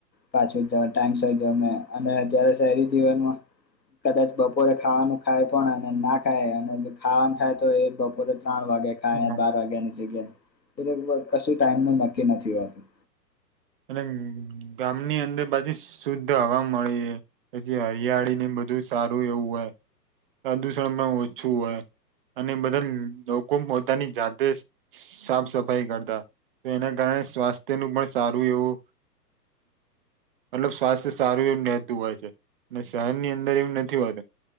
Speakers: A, on the left; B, on the right.
A: પાછું જ ટાઈમસર જો અમે અને અત્યારે શહેરી જીવનમાં કદાચ બપોરે ખાવાનું ખાય, પણ અને ના ખાય, અને ખાવાનું થાય તો એ બપોરે. ત્રણ વાગ્યા ખાય
B: હા
A: બાર વાગ્યા ની જગ્યા એ કશું ટાઈમનું નક્કી નથી હોતું.
B: અને ગામની અંદર પાછી શુદ્ધ હવા મળી પછી હરિયાળી ની બધું સારું એવું હોય પ્રદુષણમાં ઓછું હોય. અને બધા લોકો પોતાની જાતે સાફ સફાઈ કરતા તો એના કારણે સ્વાસ્થ્ય નું પણ સારું એવું. મતલબ સ્વાસ્થ્ય સારું એવું રહેતું હોય છે, ને શહેરની અંદર એવું નથી હોતું.